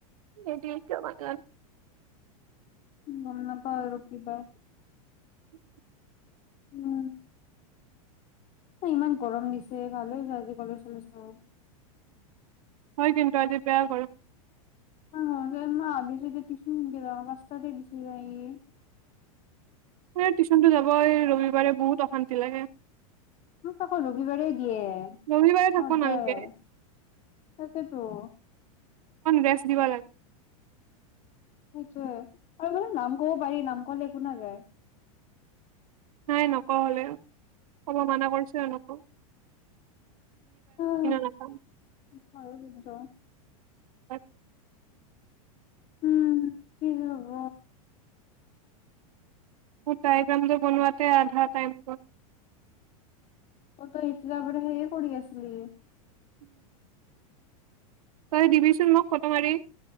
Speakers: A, on the right; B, on the left.
A: নাইনটি এইটী‌কে পাম
B: গম নাপও আৰু কি পাও
A: উম।
B: উম। ইমান গৰম দিছে ভাল হয় আজি কালি আচামীজ থাক।
A: হয় কিন্তু আজি বেয়া কৰো
B: <unintelligible>
A: টিউচনটো যাব ৰবিবাৰে বহুত অশান্তি লাগে।
B: আকৌ ৰবিবাৰেই দিয়ে
A: ৰবিবাৰে থাকিব
B: সদায়
A: নালাগে
B: তাকেতো।
A: ৰেডছ দিব লাগে।
B: সেইটোয়ে আৰু মানে নাম কব পাৰি নাম কলে একো নাযায়।
A: নাই নক হলে। ক'ব মানা কৰিছো এহেতেকো।
B: অ
A: নাপাম
B: কি য।
A: পাত।
B: উম কি হব।
A: তাই একাউণ্টটো বনোৱাতে আধা টাইম গল
B: অ তই এতিয়া পৰা সেইয়ে কৰি আছিলি
A: উম <inaudible> তই দিবিচোন মোক ফটো মাৰি